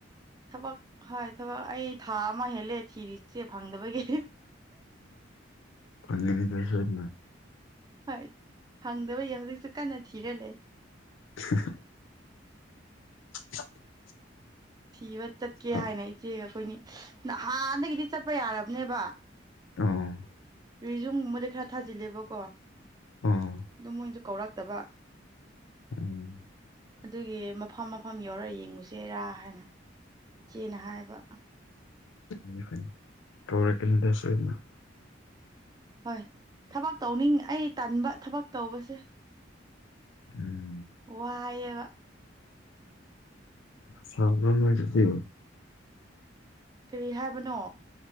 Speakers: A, on the right; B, on the left.
A: ꯊꯕꯛ ꯍꯣꯏ ꯊꯕꯛ ꯑꯩ ꯊꯥ ꯑꯃ ꯍꯦꯜꯂꯦ ꯊꯤꯔꯤꯁꯦ ꯐꯪꯗꯕꯒꯤ
B: ꯐꯪꯒꯅꯤ ꯗꯥ ꯁ‌ꯣꯏꯗꯅ
A: ꯍꯣꯏ ꯐꯪꯗꯕꯒꯤꯍꯧꯖꯤꯛꯁꯨ ꯀꯟꯅ ꯊꯤꯔ ꯂꯩ
B: <unintelligible> <unintelligible>
A: ꯊꯤꯕ ꯆꯠꯀꯦ
B: ꯑꯣ
A: ꯍꯥꯏꯅ ꯏꯆꯦꯒ ꯑꯈꯣꯏꯅꯤ ꯍꯥꯟꯅꯗꯒꯤꯗꯤ ꯆꯠꯄ ꯌꯥꯔꯕꯅꯦꯕ
B: ꯑ‌ꯣ
A: ꯔꯤꯖꯨꯝꯒꯨꯝꯕꯗꯤ ꯈꯔ ꯊꯥꯖꯤꯜꯂꯦꯕꯀꯣ ꯑꯗꯨ
B: ꯎꯝ
A: ꯃꯣꯏꯁꯨ ꯀꯧꯔꯛꯇꯕ
B: ꯎꯝ
A: ꯑꯗꯨꯒꯤ ꯃꯐꯝ ꯃꯐꯝ ꯌꯧꯔ ꯌꯦꯡꯉꯨꯁꯦꯔꯥ ꯍꯥꯏꯅ ꯏꯆꯦꯅ ꯍꯥꯏꯕ
B: <unintelligible> ꯀꯧꯔꯛꯀꯅꯤ ꯗ ꯁ‌ꯣꯏꯗꯅꯥ
A: ꯍꯣꯏ ꯊꯕꯛ ꯇꯧꯅꯤꯡ ꯑꯩ ꯇꯟꯕꯥ ꯊꯕꯛ ꯇꯧꯕꯁꯦ
B: ꯎꯝ
A: ꯋꯥꯏꯌꯦꯕ
B: ꯁꯥꯕꯔ‌ꯣ ꯅ‌ꯣꯏꯗꯗꯤ
A: ꯀꯔꯤ ꯍꯥꯏꯕꯅꯣ